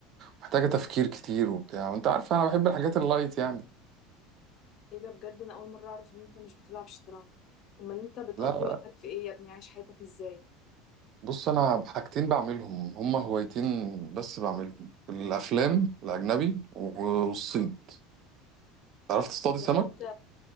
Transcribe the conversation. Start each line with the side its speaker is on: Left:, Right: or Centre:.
Right: ومحتاجة تفكير كتير وبتاع وانت عارف انا بحب الحاجات اللايت يعني
Left: ايه ده بجد انا اول مره اعرف ان انت مش بتلعب شطرنج امال انت بتقضي
Right: لا لا
Left: وقتك في ايه يا ابني عايش حياتك ازاي
Right: بص انا حاجتين بعملهم هما هوايتين بس بعملهم الافلام الاجنبي والصيد
Left: اه
Right: عرفت تصطادي
Left: يعني
Right: سمك
Left: انت